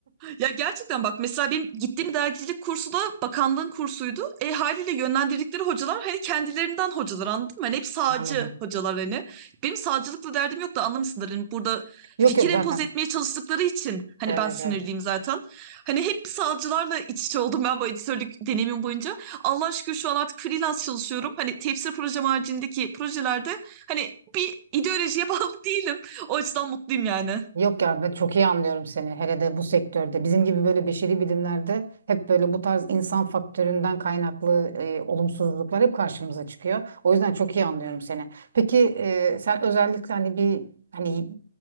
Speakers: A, on the right (about 25°); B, on the right (about 65°).
A: ya gerçekten bak mesela benim gittiğim dergicilik kursu da bakanlığın kursuydu. E haliyle yönlendirdikleri hocalar hani kendilerinden hocalar anladın mı? Hani hep sağcı
B: <laughs> Anladım.
A: hocalar hani. Benim sağcılıkla derdim yok da anlamışsındır. Hani burada
B: Yok
A: fikir
B: yok zaten.
A: empoze etmeye çalıştıkları için hani
B: Evet
A: ben sinirliyim
B: evet.
A: zaten. Hani hep sağcılarla iç içe oldum ben bu editörlük deneyimim boyunca. Allah şükür şu an artık freelance çalışıyorum. Hani tefsir projem haricindeki projelerde hani bir ideolojiye <laughs> bağlı değilim. O açıdan mutluyum yani.
B: Yok ya ben çok iyi anlıyorum seni. Hele de bu sektörde. Bizim gibi böyle beşeri bilimlerde hep böyle bu tarz insan faktöründen kaynaklı e, olumsuzluklar hep karşımıza çıkıyor. O yüzden çok iyi anlıyorum seni. Peki e, sen özellikle hani bir hani